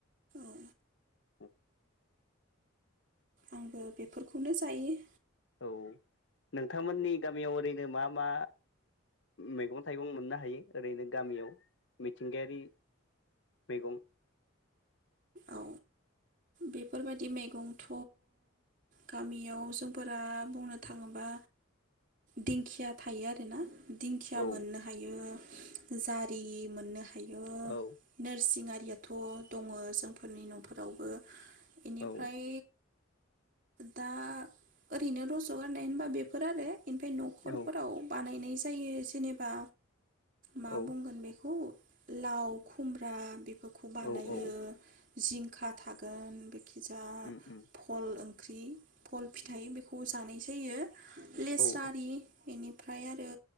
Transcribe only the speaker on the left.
औ
औ नोंथांमोननि गामियाव ओरैनो मा मा मैगं थाइगं मोननो हायो ओरैनो गामियाव मिथिंगायारि मैगं?
औ
औ
औ
औ
औ
औ औ
उम उम
औ